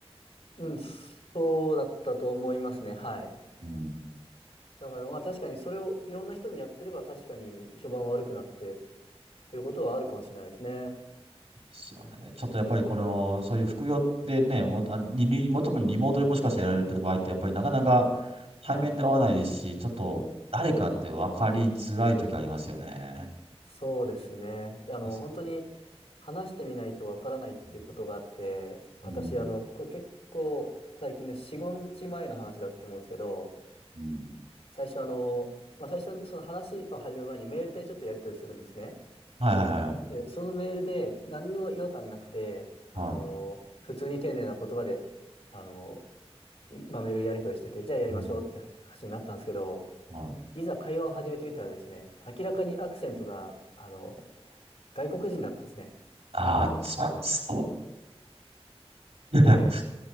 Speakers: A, on the left; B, on the right.
A: うん、そうだったと思いますね。はい。
B: うん。で
A: だからまあ確かにそれをいろんな人にやってれば確かに評判悪くなってっていうことはあるかもしれないですね。
B: すよね。ちょっとやっぱりこれを、そういう副業でね、もうあににも特にリモートでもしかしてやられてる場合ってやっぱりなかなか対面で会わないですし、
A: はい。
B: ちょっと誰かって分かりづらい時ありますよね。
A: そうですね。あの、
B: です
A: 本当に話してみないとわからないっていうことがあって、
B: うん
A: 私、
B: うん。
A: あの、これ結構最近ね、4、5日前の話だと思うんですけど、
B: うん。
A: 最初あの、まあ最初にその話を始める前にメールでちょっとやり取りするんですね。
B: はいはいはいはい。
A: で、そのメールで何にも違和感なくて、あの、
B: はい。
A: 普通に丁寧な言葉で、あの、まあ、メールやり取りしてて、じゃあやりましょうって話になったんですけど、
B: うん。はい。
A: いざ会話を始めてみたらですね、明らかにアクセントが、あの、外国人だったんですね。
B: ああー、そうです。<laughs>
A: で、